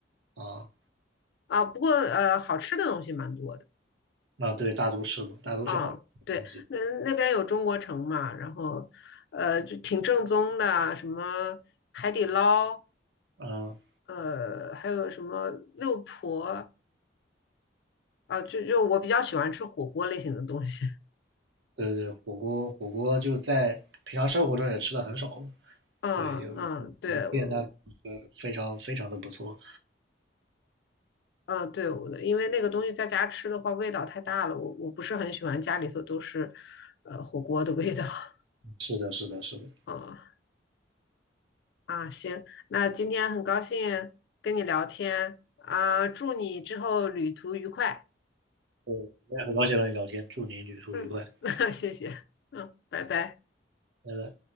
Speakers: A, on the right; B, on the left.
A: 啊。哦
B: 啊，不过呃，好吃的东西蛮多的
A: 啊，对，大都市嘛，大都市好吃的东西，
B: 啊。对，那那边有中国城嘛，然后呃，就挺正宗的，什么海底捞，
A: 嗯，啊
B: 呃，还有什么六婆啊，就就我比较喜欢吃火锅类型的东西。
A: 对对对，火锅火锅就在平常生活中也吃的很少嘛，
B: 嗯嗯，
A: 对，有一一个店那呃
B: 对我，我
A: 非常非常的不错，
B: 嗯对我的，因为那个东西在家吃的话味道太大了，我我不是很喜欢家里头都是呃火锅的味道。<laughs>
A: 是的，是的，是的，
B: 啊。啊，行，那今天很高兴跟你聊天啊，祝你之后旅途愉快。
A: 对，我也很高兴和你聊天，祝你旅途愉快，
B: 嗯，<laughs> 谢谢，嗯，拜拜。
A: 拜拜。